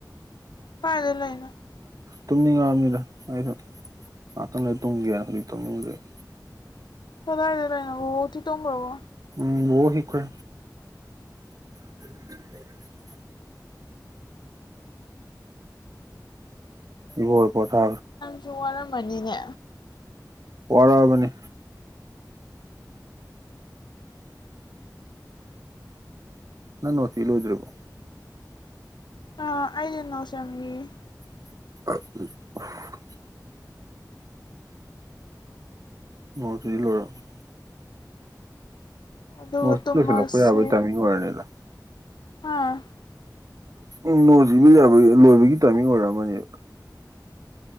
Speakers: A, on the left (about 90°); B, on the right (about 55°).
A: ꯀꯥꯏꯗ ꯂꯩꯅꫭ
B: ꯇꯨꯝꯅꯤꯡꯉꯑꯕ ꯅꯤꯗ ꯑꯩꯁꯨ ꯉꯥꯏꯍꯥꯛꯇꯪ ꯂꯩ ꯇꯨꯝꯒꯤꯒꯦꯅ ꯍꯧꯖꯤꯛ ꯇꯨꯝꯃꯨꯕꯗꯩ
A: ꯀꯗꯥꯥꯏꯗ ꯂꯩꯅꫭ ꯕꫭꯕꫭꯛꯇꯤ ꯇꯨꯝꯒ꯭ꯔꯕꯣ
B: ꯎꯝ ꯕꫭꯕꫭꯛ ꯍꯤꯞꯈ꯭ꯔꯦ <inaudible> ꯏꯕꯣꯛ ꯍꫭꯏ ꯄꫭꯊꯥꯔꯒ꯭ꯔꯦ
A: ꯁꯨ ꯋꯥꯔꯝꯃꯅꯤꯅꯦ
B: ꯋꯥꯔ ꯑꯕꯅꯤ ꯅꯪ ꯅꯣꯠ ꯏ ꯂꯣꯏꯗ꯭ꯔꯤꯕꯣ
A: ꯑ ꯑꯩꯗꯤ ꯅꫭꯁ ꯌꯥꯝ ꯌꯦꯡꯉꯤ
B: <inaudible> ꯅꫭꯠꯁ ꯏ ꯂꫭꯏꯔꯕꫭ
A: ꯑꯗꯨꯒ
B: ꯅꫭꯁ ꯏꯕ
A: ꯇꯨꯝꯃꯁꯦ
B: ꯂꫭꯏꯁꯜꯂꯛꯄ ꯌꯥꯕꯩ ꯇꯥꯏꯃꯤꯡ ꯑꫭꯏꯔꯅꯤꯗ
A: ꯑꯥ
B: ꯎꯝ ꯅꫭꯠꯁ ꯏꯕ ꯌꯥꯕꯒꯤ ꯂꯣꯏꯕꯒꯤ ꯇꯥꯏꯃꯤꯡ ꯑꯣꯏꯔꯛ ꯑꯃꯅꯦꯕ <inaudible>